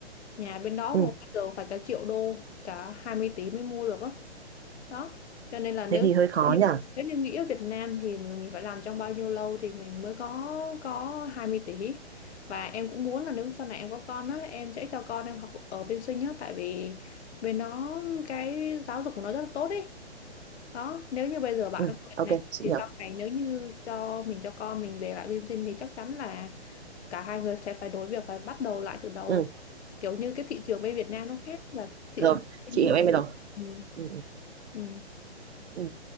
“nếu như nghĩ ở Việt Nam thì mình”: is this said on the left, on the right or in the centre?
Left